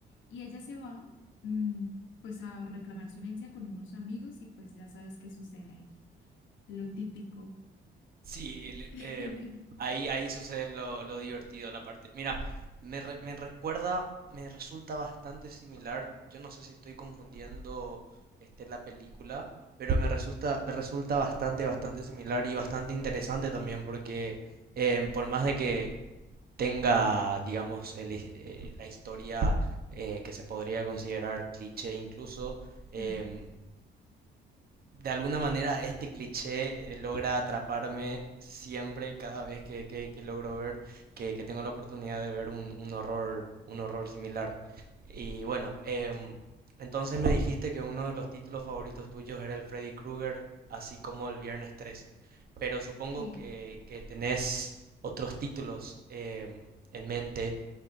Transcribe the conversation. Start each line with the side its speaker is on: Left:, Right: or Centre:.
Left: Y ella se va mm, pues a reclamar su herencia con unos amigos y pues ya sabes qué sucede ahí, lo típico
Right: Sí, el-
Left: <laughs>
Right: eh, ahí, ahí sucede lo, lo divertido, la parte. Mira, me, re- me recuerda, me resulta bastante similar. Yo no sé si estoy confundiendo este, la película, pero me resulta, me resulta bastante, bastante similar y bastante interesante también, porque em, por más de que tenga, digamos, el his- eh, la historia eh, que se podría considerar cliché incluso, em,
Left: Sí,
Right: de alguna manera este cliché eh, logra atraparme siempre cada vez que, que- que logro ver, que, que tengo la oportunidad de ver un, un horror, un horror similar. Y bueno, em, entonces me dijiste que uno de los títulos favoritos tuyos era el Freddy Krueger, así como el Viernes 13. Pero supongo
Left: sí,
Right: que, que tenés otros títulos em, en mente